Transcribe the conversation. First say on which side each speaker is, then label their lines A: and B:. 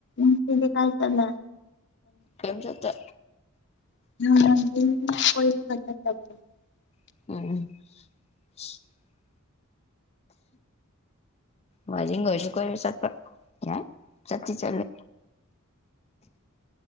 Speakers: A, on the left (about 55°); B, on the left (about 30°).
A: ꯉꯁꯤꯗꯤ ꯀꯥꯏ ꯆꯠꯂꯦ꯫
B: ꯀꯩꯝ ꯆꯠꯇꯦ꯫
A: <unintelligible>
B: ꯎꯝ ꯎꯝ <unintelligible> ꯋꯥꯖꯤ ꯉꯣꯏꯁꯨ ꯀ ꯆꯠꯄ ꯌꯥ ꯆꯆꯤ ꯆꯂꯨ